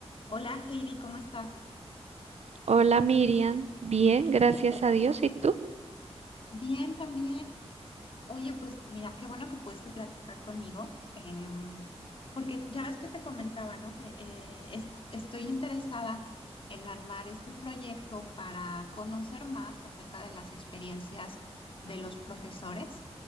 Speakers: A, on the left; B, on the right.
A: Hola Heidi, ¿cómo estás?
B: Hola Miriam, bien, gracias a Dios. ¿Y tú?
A: Bien, también. Oye, pues mira, qué bueno que pudiste platicar conmigo, em, porque ya ves que te comentaba, ¿no? Que eh, es- estoy interesada en armar este proyecto para conocer más acerca de las experiencias de los profesores